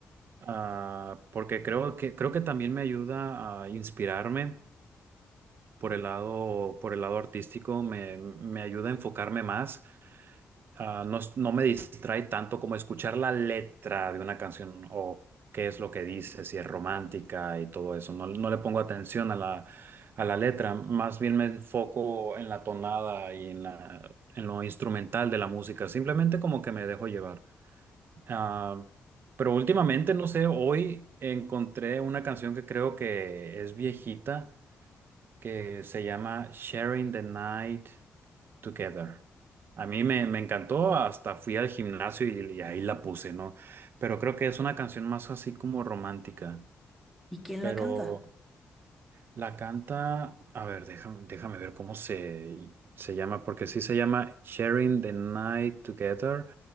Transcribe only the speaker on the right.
ah, porque creo que, creo que también me ayuda a inspirarme por el lado, por el lado artístico, me, me ayuda a enfocarme más ah, no, es- no me distrae tanto como escuchar la letra de una canción o qué es lo que dice, si es romántica y todo eso. No, no le pongo atención a la, a la letra, más bien me enfoco en la tonada y en la, en lo instrumental de la música, simplemente como que me dejo llevar. Ah, pero últimamente, no sé, hoy encontré una canción que creo que es viejita, que se llama Sharing the Night. Together. A mí me, me encantó, hasta fui al gimnasio y, y ahí la puse, ¿no? Pero creo que es una canción más así como romántica.
Pero
la canta, a ver, déjame, déjame ver cómo se, se llama, porque sí se llama Sharing the Night Together